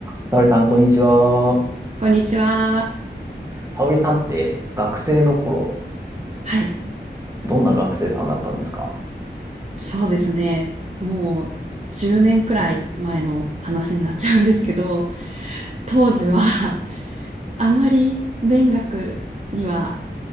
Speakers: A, on the right; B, on the right.
A: 沙織さん、こんにちは。
B: こんにちは。
A: 沙織さんって学生の頃、
B: はい。
A: どんな学生さんだったんですか
B: そうですね。もう10年くらい前の話になっちゃうんですけど、当時は <laughs> あまり勉学には